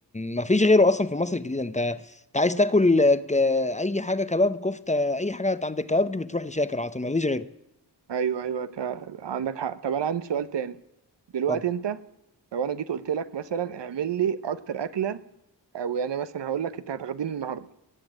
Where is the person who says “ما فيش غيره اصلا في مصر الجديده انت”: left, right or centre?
Left